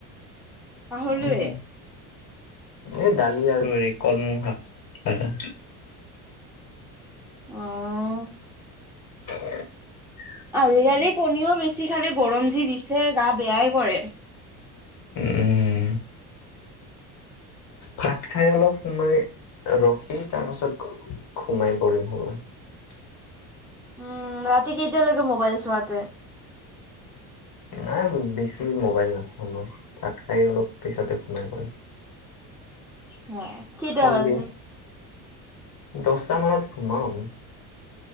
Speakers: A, in the centre; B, on the left.
A: পাহৰিলোঁয়ে?
B: উম, এই দালি আৰু হেৰি কলমৌ শাক ভজা।
A: অহ।
B: <unintelligible>
A: আজিকালি কণীও বেছি খালি গৰম যি দিছে গা বেয়াই কৰে।
B: উম। ভাত খাই অলপ সোমাই, ৰখি তাৰ পাছত সোমাই পৰিম শুবলৈ।
A: উম ৰাতি কেইটালৈকে মোবাইল চোৱাতে?
B: নাই বেছি মোবাইল নাচো মই, তাত খাই অলপ পিছতে সোমাই পৰিম।
A: হে কেইটা
B: সন্ধিয়া,
A: বাজে?
B: দছটা মানত। সোমাওঁ আমি।